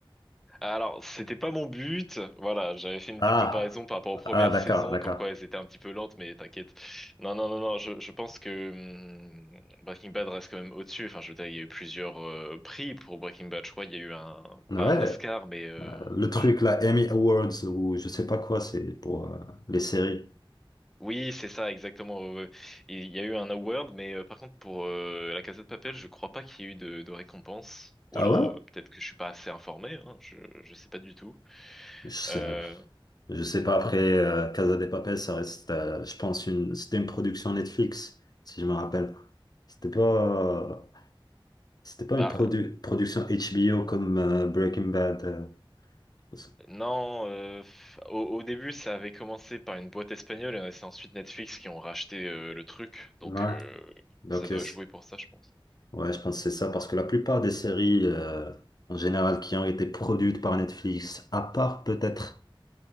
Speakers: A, in the centre; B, on the left (about 45°).
A: Alors, c'était pas mon but. Voilà, j'avais fait une
B: Ah,
A: petite comparaison par rapport aux premières
B: ah, d'accord,
A: saisons,
B: d'accord.
A: comme quoi elles étaient un petit peu lentes, mais t'inquiète. Non, non, non, non, je, je pense que hum, Breaking Bad reste quand même au-dessus. Enfin, je veux dire, il y a eu plusieurs euh, prix pour Breaking Bad. Je crois qu'il y a eu un,
B: Ouais,
A: pas un Oscar, mais euh,
B: euh, le truc,
A: je-
B: là, Emmy Awards ou je sais pas quoi, c'est pour euh, les séries.
A: oui, c'est ça, exactement. ouais, ouais. Il y a eu un award, mais euh, par contre, pour euh, La Casa de Papel, je crois pas qu'il y ait eu de, de récompense. Ou
B: Ah
A: alors,
B: ouais?
A: euh, peut-être que je suis pas assez informé, hein, je, je sais pas du tout.
B: Je sais,
A: Euh,
B: je sais pas, après, euh, Casa de Papel, ça reste, euh, je pense, une, c'était une production Netflix, si je me rappelle. C'était pas, euh, c'était pas
A: bah,
B: une produ- production HBO comme euh, Breaking Bad. euh,
A: Non, euh, f- au, au début, ça avait commencé par une boîte espagnole et c'est ensuite Netflix qui ont racheté euh, le truc. Donc,
B: Ouais,
A: euh,
B: donc
A: ça doit
B: euh, c-
A: jouer pour ça, je pense.
B: ouais, je pense que c'est ça, parce que la plupart des séries euh, en général qui ont été produites par Netflix, à part peut-être